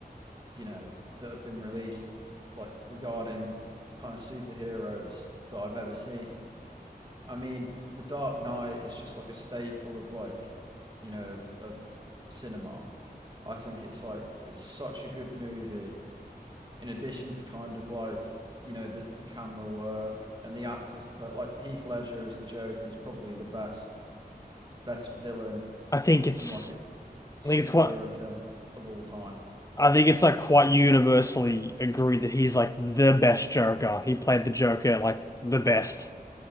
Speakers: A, on the right; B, on the left.
A: you know, that have been released, like regarding kind of superheroes that I've ever seen. I mean, The Dark Knight is just like a staple of like, you know, of of cinema. I think it's like it's such a good movie. In addition to kind of like you know the the camera work and the actors are per- like Heath Ledger as the Joker is probably the best best villain
B: I think
A: from
B: it's
A: like a superhero
B: I think it's quite
A: film of all time.
B: I think it's like quite universally agreed that he's like the best Joker. He played the Joker like the best.